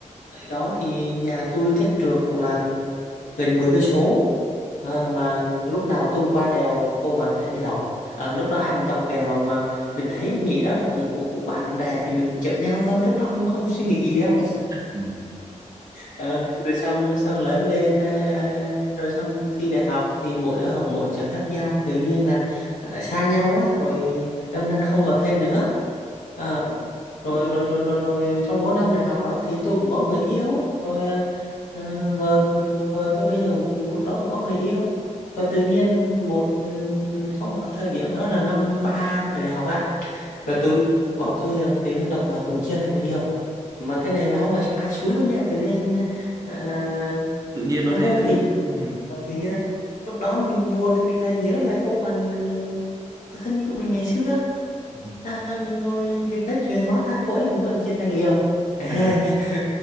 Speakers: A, on the left; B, on the right.
A: này đó thì nhà tôi cách trượt cũng là gần 10 cây số à, mà lúc nào tôi cũng qua đèo cô bạn thân đi học Ờ, lúc đó ai cũng chọc ghẹo mà mình thấy nghĩ đó là cũng cũng, cũng bạn bè thì mình chở nhau thôi lúc đó không không suy nghĩ gì đâu
B: Ừ.
A: Ờ, rồi xong xong lớn lên à, rồi xong thi đại học thì mỗi đứa học mỗi trường khác nhau tự nhiên là à, xa nhau á rồi đâm ra là không còn thân nữa Ờ,
B: Ừ.
A: rồi rồi rồi rồi rồi trong 4 năm đại học đó thì tôi cũng có người yêu rồi à, à, vợ vợ tôi bây giờ cũng- lúc đó cũng có người yêu và tự nhiên một ừ, có một cái thời điểm đó là năm ba thời đại học ạ rồi
B: Ừ.
A: tôi bọn tôi là tự nhiên độc là cùng chia thành người yêu mà cái này là không phải ai xúi đâu nha tự nhiên à,
B: tự nhiên nó
A: nó
B: thế
A: vô
B: đấy
A: tình
B: ừ.
A: Ờ, tự nhiên lúc đó mình buồn thì mình lại nhớ lại cô bạn có thân của mình ngày xưa
B: Ừ.
A: à, mình ngồi mình nói chuyện hóa ra cô ấy cũng vừa chia tay người yêu <laughs>
B: ai da